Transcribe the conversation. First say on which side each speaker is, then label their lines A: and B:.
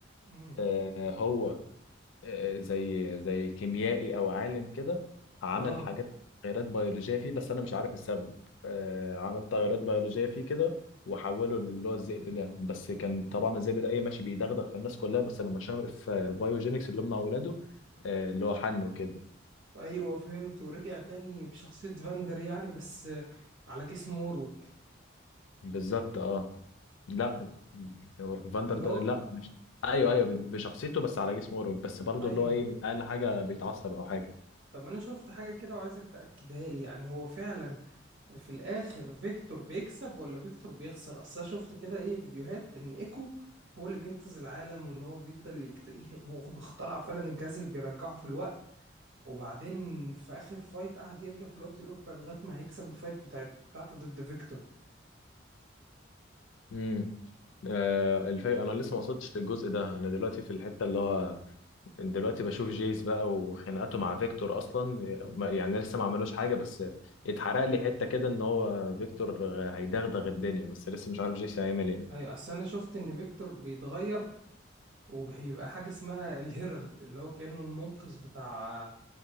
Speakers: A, on the right; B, on the left.
A: امم
B: آه، هو آه، زي زي كيميائي او عالم كده عمل
A: اه
B: حاجات تغيرات بيولوجيه فيه بس انا مش عارف السبب آه، عمل تغيرات بيولوجيه فيه كده وحوله اللي هو الذئب ده بس كان طبعا الذئب ده ايه ماشي بيدغدغ في الناس كلها بس لما شاف في بايوجينكس اللي هم اولاده آه، اللي هو حنه كده
A: ايوه فهمت ورجع تاني بشخصية فاندر يعني بس آه، على جسم ووروك
B: بالظبط اه لا هو فاندر
A: اللي
B: ده
A: هو
B: لا مش ايوه ايوه بشخصيته بس على جسم اوروب بس برضه
A: ايوه
B: اللي هو ايه اقل حاجه بيتعصب او حاجه
A: طب انا شفت حاجة كده وعايزك تأكدها لي يعني هو فعلا في الاخر فيكتور بيكسب ولا فيكتور بيخسر اصل انا شفت كده ايه فيديوهات ان ايكو هو اللي بينقذ العالم وان هو بيفضل يكتئب هو بيخترع فعلا الجهاز اللي بيرجعه في الوقت وبعدين في اخر فايت قعد يرجع في الوقت يروح بقى لغايه ما هيكسب الفايت بتاعت بتاعته ضد فيكتور
B: امم آه الفي... انا لسه ما وصلتش للجزء ده انا دلوقتي في الحته اللي هو دلوقتي بشوف جيس بقى وخناقاته مع فيكتور اصلا ما- يعني لسه ما عملوش حاجه بس اتحرق لي حته كده ان هو فيكتور هيدغدغ الدنيا بس لسه مش عارف جيس هيعمل ايه
A: اي اصل انا شفت ان فيكتور بيتغير وبيبقى حاجه اسمها الهيرالد اللي هو كانه المنقذ بتاع